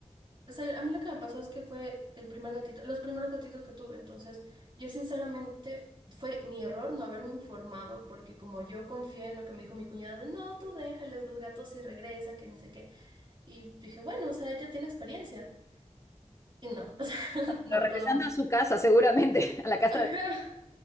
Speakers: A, on the right; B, on the left.
A: O sea, a mí lo que me pasó es que fue el primer gatito, los primeros gatitos que tuve. Entonces, yo sinceramente fue mi error no haberme informado, porque como yo confié en lo que me dijo mi cuñada de no, tú déjales los gatos si regresan, que ni sé qué. Y dije, bueno, o sea, ella tiene experiencia. Y no, <laughs> o sea, no,
B: Pero regresando
A: todo mal.
B: a su casa, seguramente, <laughs> a la casa
A: Ajá.
B: de...